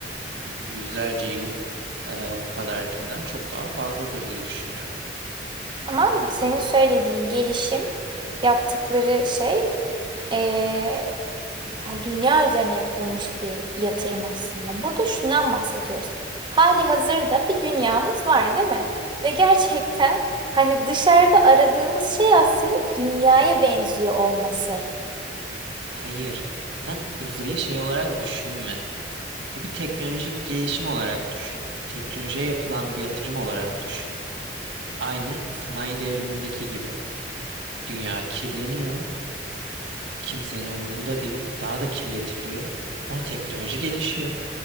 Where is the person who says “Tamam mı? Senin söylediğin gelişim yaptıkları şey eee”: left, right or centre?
Right